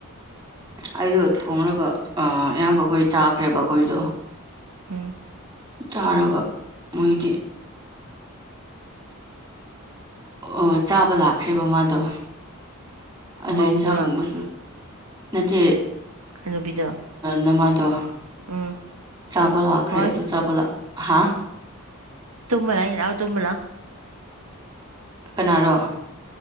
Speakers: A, on the right; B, on the right.
A: ꯑꯩꯗꯣ ꯊꯣꯡꯂꯒ ꯑꯌꯥꯝꯕ ꯑꯩꯈꯣꯏ ꯆꯥꯈ꯭ꯔꯦꯕ ꯑꯩꯈꯣꯏꯗꯣ
B: ꯎꯝ
A: ꯆꯥꯎꯔꯒ ꯃꯣꯏꯗꯤ ꯑꯣ ꯆꯥꯕ ꯂꯥꯛꯈ꯭ꯔꯦꯕ ꯃꯥꯗꯣ ꯑꯗꯨ
B: ꯃꯥꯎꯗꯔꯥ
A: ꯏꯟꯁꯥꯡꯒꯨꯝꯕꯁꯨ ꯅꯠꯇꯦ
B: ꯍꯅꯨꯕꯤꯗꯣ
A: ꯅꯃꯥꯗꯣ
B: ꯎꯝ
A: ꯆꯥꯕ ꯂꯥꯛꯈ꯭ꯔꯦ
B: ꯍꯣꯏ
A: ꯑꯗꯨ ꯆꯥꯕ ꯍꯥ
B: ꯇꯨꯝꯕ ꯂꯥꯛꯏ ꯂꯥꯛꯑꯣ ꯇꯨꯝꯕ ꯂꯥꯛꯑꯣ
A: ꯀꯅꯥꯔꯣ